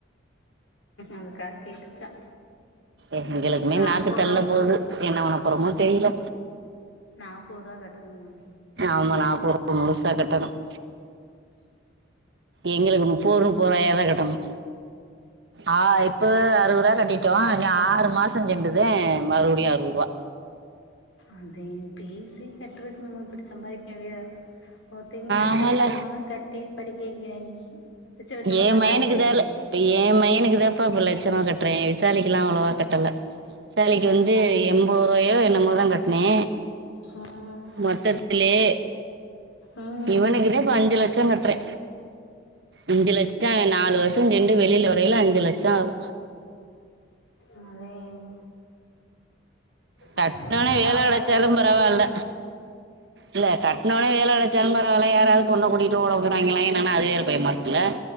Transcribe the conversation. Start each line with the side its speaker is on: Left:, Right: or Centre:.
Left: அதுக்காக கேட்டுச்சா
Right: எங்களுக்குமே
Left: நாப்போரா
Right: நாக்கு தள்ள போகுது என்ன பண்ண போறோமோ தெரில
Left: நாப்பரூபா கட்டணுமாமே
Right: ஆமா நாப்ருவா முழுசா கட்டணும் எங்களுக்கு முப்பது முப்பது ரூபாய தா கட்டணும் ஆ இப்போ அறுபது ரூவா கட்டிட் டோம் இன்னு ஆறு மாசம் சென்றுதே மறுபடி அறுவத்ரூபா
Left: அதயும் பேசி கெட்றதுக்கு நம்ம இப்டி சம்பாதிக்க வேண்டியதா ஒருத்தங்க லட்ச
Right: ஆமால
Left: லட்சமான கட்டி படிக்க வெக்கிறாய்ங்க லட்ச லட்சமா
Right: என்
Left: சம்பாறிக்கறாய்ங்க
Right: மயனுக்கு தான் இப்ப எ மையனுக்கு தாப்பா இப்ப லட்சமா கட்டுறே விசாலிக்கல்லாம் அவ்ளவா கட்டல விசாலிக்கு
Left: ஆ
Right: வந்து எம்பது ரூபாயோ என்னமோதா கட்னே
Left: ம்
Right: மொத்தத்திலே
Left: ம் ம்
Right: இவனுக்குதா இப்ப அஞ்சு லட்சம் கட்றே அஞ்சு லட்சம் நாலு வருஷம் செண்டு வெளில வரயில அஞ்சு லட்சம் ஆகு
Left: அதேன்
Right: கட்டினோடனே
Left: அவ ஏதாவது ஜாப்
Right: வேலை கிடைச்சாலும்
Left: பாத்தாதா
Right: பரவாயில்ல
Left: சரியா வரும்
Right: இல்ல கட்னோன வேல கெடச்சாலும் பரவால்ல யாராது பொண்ண கூட்டிட்டு ஓட போறாங்களா என்னன்னு அது வேற பயமா இருக்குல்ல